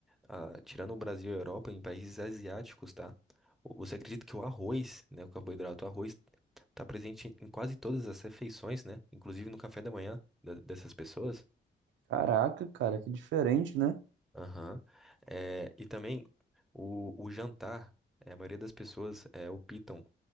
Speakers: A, in the centre; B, on the right.
A: ah, tirando o Brasil e a Europa, em países asiáticos, tá? O- Você acredita que o arroz, né, o carboidrato, o arroz, tá presente em quase todas as refeições, né? Inclusive no café da manhã da- dessas pessoas.
B: Caraca, cara, que diferente, né?
A: Aham. É, e também o, o jantar, é, a maioria das pessoas é, optam